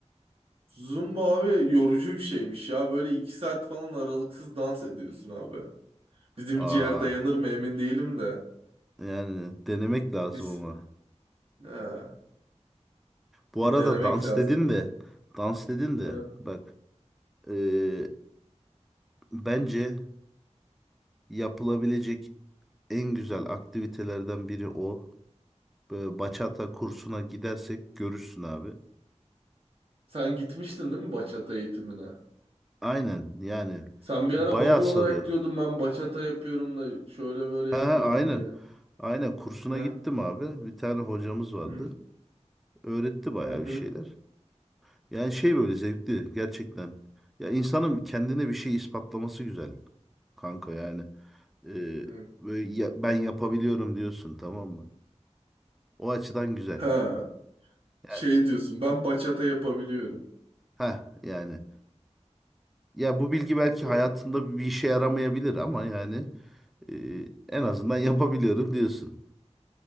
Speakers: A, on the right; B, in the centre.
A: Zumba abi yorucu bir şeymiş ya böyle iki saat falan aralıksız dans ediyorsun abi. Bizim
B: Aa,
A: ciğer dayanır mı emin değilim de.
B: yani denemek lazım
A: Biz
B: ama.
A: ha,
B: Bu
A: bir
B: arada
A: denemek
B: dans
A: lazım.
B: dedin de, dans dedin de
A: Ha.
B: bak eee, bence yapılabilecek en güzel aktivitelerden biri o. Böyle bachata kursuna gidersek görürsün abi.
A: Sen gitmiştin değil mi bachata eğitimine?
B: Aynen yani
A: Sen bir
B: bayağı
A: ara hobi olarak
B: sarıyor.
A: diyordun ben bachata yapıyorum da şöyle böyle
B: Ha,
A: yapıyorum
B: ha, aynen.
A: diye.
B: Aynen kursuna
A: Ha?
B: gittim abi. Bir tane hocamız vardı.
A: Hı,
B: Öğretti bayağı
A: hı, hı,
B: bir şeyler. Yani şey böyle zevkli gerçekten. Ya insanın kendine bir şey ispatlaması güzel kanka yani. Ee,
A: hı.
B: böyle ya- ben yapabiliyorum diyorsun tamam mı? O açıdan güzel.
A: Ha,
B: Yani
A: şey diyorsun ben bachata yapabiliyorum.
B: ha yani ya bu bilgi belki
A: Doğru.
B: hayatında bir işe yaramayabilir ama yani e, en azından <laughs> yapabiliyorum diyorsun.